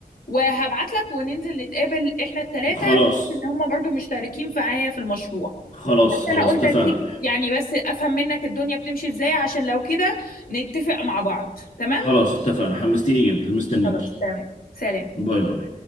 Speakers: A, on the left; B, on the left.
A: وهبعت لك وننزل نتقابل احنا الثلاثه
B: خلاص
A: بحيث ان هم برضو مشتركين معايا في المشروع
B: خلاص
A: بس
B: خلاص
A: انا قلت
B: اتفقنا
A: اديك يعني بس افهم منك الدنيا بتمشي ازاي عشان لو كده نتفق مع بعض تمام
B: خلاص اتفقنا حمستيني جدا مستنيكي
A: خلاص تمام سلام
B: باي باي